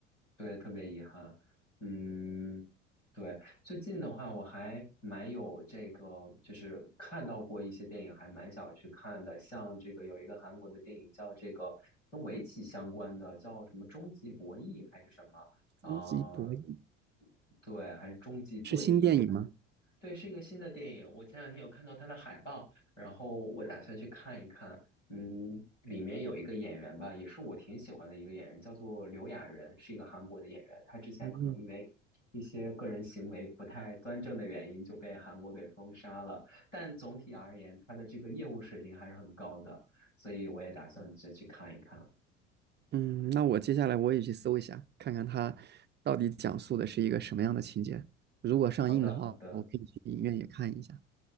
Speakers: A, on the left (about 90°); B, on the right (about 30°).
A: 对，特别遗憾。嗯，对，最近的话，我还蛮有这个，就是看到过一些电影，还蛮想去看的。像这个有一个韩国的电影叫这个跟围棋相关的，叫什么《终极博弈》还是什么？啊，
B: 终极博弈
A: 对，还是《终极对弈》，
B: 是新电影吗？
A: 对，是一个新的电影。我前两天有看到它的海报，然后我打算去看一看。嗯，里面有一个演员吧，也是我挺喜欢的一个演员，叫做刘亚仁，是一个韩国的演员。他之前可能因为一些个人行为不太端正的原因，
B: 嗯
A: 就被韩国给封杀了。但总体而言，他的这个业务水平还是很高的，所以我也打算再去看一看。
B: 嗯，那我接下来我也去搜一下，看看它到底讲述的是一个什么样的情节。如果上映的话，
A: 好的，好的，
B: 我可以去影院也看一下。